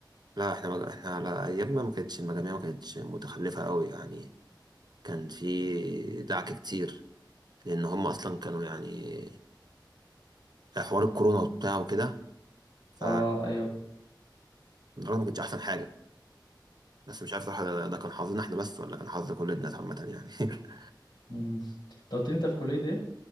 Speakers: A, on the right; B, on the left.
A: لا احنا مج... احنا على ايامنا ما كانتش المجاميع ما كانتش متخلفه قوي يعني كان في دعك كتير لان هم اصلا كانوا يعني حوار الكورونا وبتاع وكده ف
B: اه ايوه
A: الدراسه ما كانتش احسن حاجه بس مش عارف صراحه ده ده كان حظنا احنا بس ولا كان حظ كل الناس عامه يعني <laughs>
B: مم. انت قلت لي انت في كلية ايه